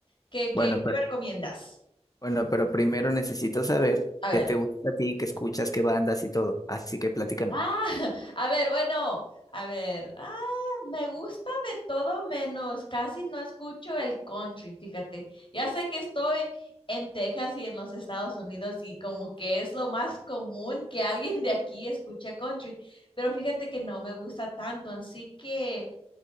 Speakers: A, on the left (about 50°); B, on the left (about 35°).
A: ¿qué,
B: Bueno,
A: qué,
B: pero,
A: qué me recomiendas?
B: bueno, pero primero necesito saber
A: A
B: qué
A: ver.
B: te gusta a ti, qué escuchas, qué bandas y todo. Así que platícame.
A: Ah, <laughs> a ver, bueno, a ver. Ah, me gusta de todo menos. Casi no escucho el country, fíjate. Ya sé que estoy en Texas y en los Estados Unidos y como que es lo más común que alguien de aquí escuche country, pero fíjate que no me gusta tanto, así que